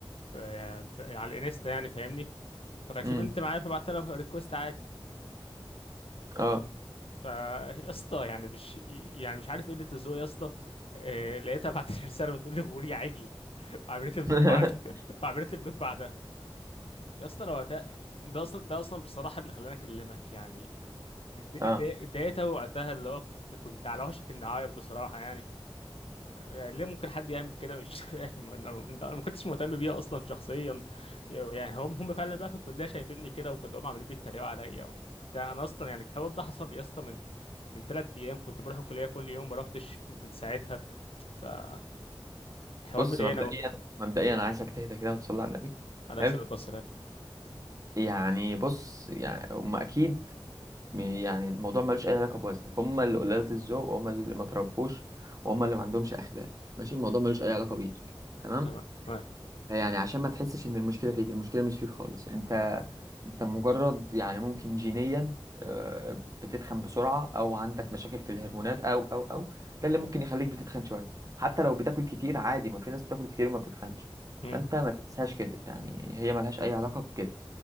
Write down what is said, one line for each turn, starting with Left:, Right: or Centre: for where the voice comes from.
Left: في... في على الانستا يعني فاهمني فكان في
Right: امم
Left: بنت معايا فبعت لها ريكوست عادي
Right: اه
Left: فا يا اسطى يعني مش يعني مش عارف قلة الذوق يا اسطى آه، لقيتها بعت لي رسالة بتقول لي غوري يا عجل وعملت لي
Right: <laughs>
Left: بلوك بعدها <laughs> وعملت لي بلوك بعدها يا اسطى انا وقتها ده اصلا ده اصلا بصراحة اللي خلاني اكلمك يعني اتضايقت
Right: اه
Left: أوي وقتها اللي هو كنت كنت على وشك اني اعيط بصراحة يعني يعني ليه ممكن حد يعمل كده مش <laughs> فاهم انا انا ما كنتش مهتم بيها اصلا شخصيا يعني هم هم فعلا بقى في الكليه شايفيني كده وكلهم عمالين بيتريقوا عليا وبتاع انا اصلا يعني الحوار ده حصل لي اصلا من من ثلاث ايام كنت بروح الكليه كل يوم ما روحتش من ساعتها فالحوار مضايقني
Right: بص مبدئيا
Left: قوي
Right: مبدئيا انا عايزك تهدى كده وتصلي على النبي
Left: على
Right: حلو
Left: الصلاه والسلام
Right: يعني بص يعني هم اكيد م- يعني الموضوع ملوش اي علاقه بوزنك هم اللي قلالة الذوق وهم اللي ما تربوش وهم اللي ما عندهمش اخلاق ماشي الموضوع ملوش اي علاقه بيك تمام
Left: تمام تمام
Right: يعني عشان ما تحسش ان المشكله فيك المشكله مش فيك خالص انت انت مجرد يعني ممكن جينيا آه، بتتخن بسرعه او عندك مشاكل في الهرمونات او او او ده اللي ممكن يخليك بتتخن شويه حتى لو بتاكل كتير عادي ما في ناس بتاكل كتير وما بتتخنش
Left: امم
Right: فانت ما تنساش كده يعني هي ملهاش اي علاقه بكده